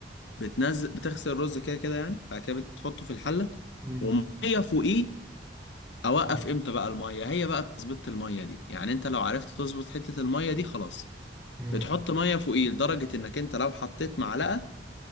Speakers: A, on the left; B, on the right.
A: بتنزل بتغسل الرز كده كده يعني بعد كده بتحطه في الحله
B: امم
A: وميه فوقيه اوقف
B: اه
A: امتى بقى الميه هي بقى تظبيط الميه دي يعني انت لو عرفت تظبط حته الميه دي خلاص
B: امم
A: بتحط ميه فوقيه لدرجه انك انت لو حطيت معلقه